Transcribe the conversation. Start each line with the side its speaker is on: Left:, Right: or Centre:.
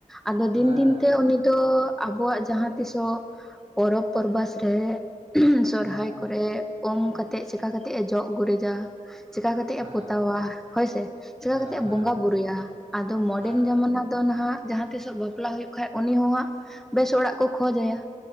Centre: ᱟᱫᱚ ᱫᱤᱱ
Right: ᱦᱮᱸ ᱦᱮᱸ
Centre: ᱫᱤᱱ ᱛᱮ ᱩᱱᱤ ᱫᱚᱚ ᱟᱵᱚᱣᱟᱜ ᱡᱟᱦᱟᱸ ᱛᱤᱥᱚᱜ ᱯᱚᱨᱚᱵᱽ ᱯᱚᱨᱵᱟᱥ ᱨᱮᱼᱼ ᱩᱸᱦᱜ ᱥᱚᱨᱦᱟᱭ
Right: ᱦᱮᱸ
Centre: ᱠᱚᱨᱮ ᱚᱢ ᱠᱟᱛᱮᱜ ᱪᱮᱠᱟ ᱠᱟᱛᱮᱜ ᱮ ᱡᱚᱜ ᱜᱩᱨᱤᱡᱟ᱾ ᱪᱮᱠᱟ ᱠᱟᱛᱮᱜ
Right: ᱦᱮᱸ
Centre: ᱮ ᱯᱚᱛᱟᱣᱟ ᱦᱳᱭ ᱥᱮ᱾ ᱪᱮᱠᱟ
Right: ᱦᱮᱸ
Centre: ᱠᱟᱛᱮᱜ ᱮ
Right: ᱦᱮᱸ
Centre: ᱵᱚᱸᱜᱟ ᱵᱩᱨᱩᱭᱟ ᱟᱫᱚ ᱢᱚᱰᱮᱱ
Right: ᱦᱮᱸ
Centre: ᱡᱟᱢᱟᱱᱟ ᱫᱚ ᱱᱟᱦᱟᱸᱜᱼᱼ ᱡᱟᱦᱟᱸ ᱛᱤᱥᱚᱜ ᱵᱟᱯᱞᱟ ᱦᱩᱭᱩᱜ ᱠᱷᱟᱡ ᱩᱱᱤ ᱦᱚᱸ ᱦᱟᱸᱜ ᱵᱮᱥ ᱚᱲᱟᱜ ᱠᱚ ᱠᱷᱚᱡᱟᱭᱟ᱾